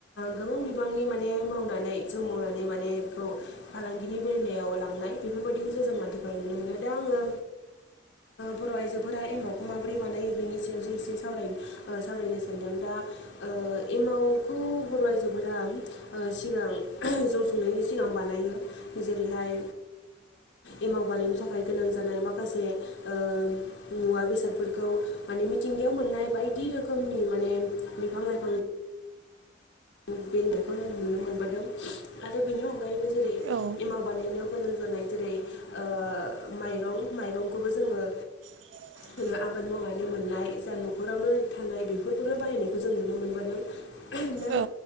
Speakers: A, on the left; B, on the right.
A: गोबां बिबांनि माने मावनानै जौ मावनानै माने बेखौ फालांगिनि बेललायाव लांनाय बेफोरबायदिखौसो जों आथिखालाव नुनो मोनो दा आङो बर' आइजोफोरा एमावखौ माबोरै बानायो बेनि सायावसो एसे सावराय सावरायनो सानदों। दा ओ एमाव खौ बर' आइजोफोरा सिगां जौ संनायनि सिगां बानायो जेरैहाय, एमाव बानायनो थाखाय गोनां जानाय माखासे ओ मुवा बेसादफोरखौ माने मिथिंगायाव मोननाय बायदि रोखोमनि माने बिफां लाइफां <unintelligible> आं नुनो मोनबोदों। आरो बेनि अनगायैबो जेरै
B: औ
A: एमाव बानायनायव गोनां जानाय जेरै, ओ माइरं माइरंखौबो जोङो
B: <inaudible>
A: जोङो आबाद मावनानै मोननाय जा न'खरावनो थानाय बेफोरखौनो बाहायनायखौ जों नुनो मोनबोदों। दा
B: औ।